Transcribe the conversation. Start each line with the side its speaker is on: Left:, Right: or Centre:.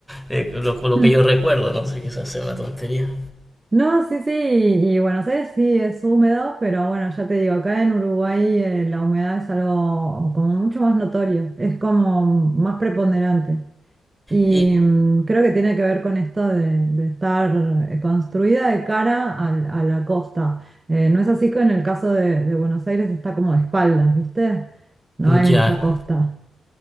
Centre: eh, lo, lo
Right: Mm.
Centre: que yo recuerdo, no sé, quizás sea una tontería.
Right: no, sí, sí, y, y Buenos Aires sí es húmedo, pero bueno, ya te digo, acá en Uruguay eh, la humedad es algo como mucho más notorio, es como más preponderante. Y
Centre: Y
Right: mm, creo que tiene que ver con esto de, de estar eh, construida de cara al- a la costa. Eh, no es así que en el caso de, de Buenos Aires está como de espaldas, ¿viste? No hay
Centre: ya,
Right: mucha costa.